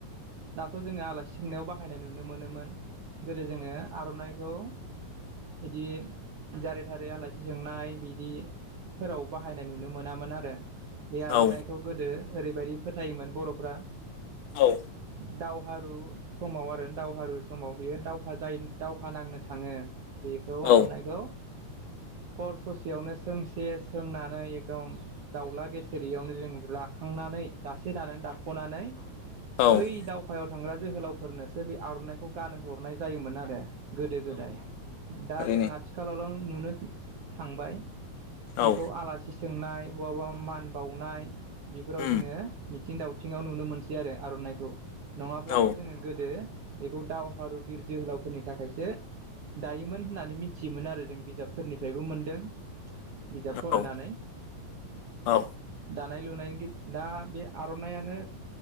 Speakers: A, on the right; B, on the left.
A: दाथ' जोंङो आलासि सोंनायाव बाहायनाय नुनो मोनोमोन गोदो जोंङो आर'नाइखौ बिदि जारै थारै आलासि सोंनाय बिदि फोराव बाहायनाय नुनो मोनामोन आरो बे आर'नाइखौ
B: औ
A: गोदो ओरैबायदि फोथायोमोन बर'फ्रा
B: औ
A: दावहारु समाव आरो दावहारु समाव बियो दावहा जायो दावहा नांनो थांङो बेखौ
B: औ
A: आर'नाइखौ पर ससेयावनो सोंसे सोंनानै एकदम दाउला गेसेेरयावनो जों राखांनानै दासे दानानै दाख'नानै
B: औ
A: बै दावखायाव थांग्रा जोहोलावफोरनोसो बे आर'नाइखौ गानो हरनाय जायोमोन आरो गोदो गोदाय दा
B: थारैनो
A: जों आथिखालल' नुनो थांबाय बेखौ
B: औ
A: आलासि सोंनाय बहाबाा मान बावनाय बेफोराव
B: उम
A: जोंङो मिथिं दावथिंआव नुनो मोनसै आरो आर'नाइखौ नङाब्लाथ'
B: औ
A: जोङो। गोदो बेखौ दावहारु बिर जोहोलावफोरनि थाखायसो। दायोमोन होननानै मिथियोमोन आरो जों बिजाबफोरनिफ्रायबो मोनदों। बिजाब फरायनानै।
B: औ औ
A: दानाय लुनायनि दा बे आर'नाइआनो